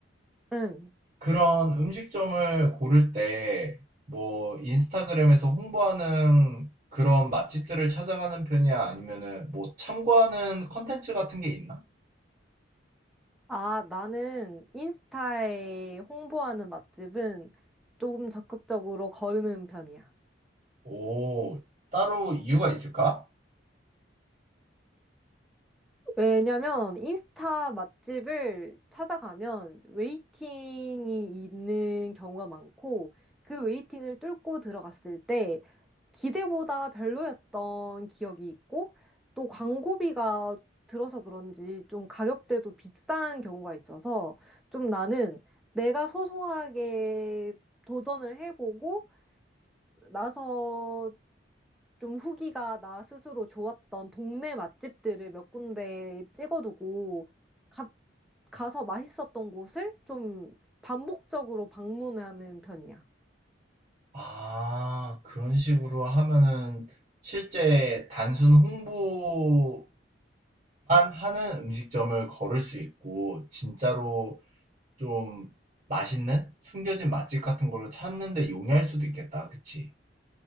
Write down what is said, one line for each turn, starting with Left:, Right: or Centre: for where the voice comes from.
Centre: 응.
Right: 그런 음식점을 고를 때, 뭐, 인스타그램에서 홍보하는 그런 맛집들을 찾아가는 편이야? 아니면은, 뭐, 참고하는 컨텐츠 같은 게 있나?
Centre: 아, 나는 인스타에 홍보하는 맛집은 조금 적극적으로 거르는 편이야.
Right: 오, 따로 이유가 있을까?
Centre: 왜냐면 인스타 맛집을 찾아가면 웨이팅이 있는 경우가 많고 그 웨이팅을 뚫고 들어갔을 때 기대보다 별로였던 기억이 있고 또 광고비가 들어서 그런지 좀 가격대도 비싼 경우가 있어서 좀 나는 내가 소소하게 도전을 해보고 나서 좀 후기가 나 스스로 좋았던 동네 맛집들을 몇 군데 찍어두고 가, 가서 맛있었던 곳을 좀 반복적으로 방문하는 편이야.
Right: 아, 그런 식으로 하면은, 실제 단순 홍보만 하는 음식점을 걸을 수 있고, 진짜로 좀 맛있는? 숨겨진 맛집 같은 걸로 찾는 데 용이할 수도 있겠다. 그치?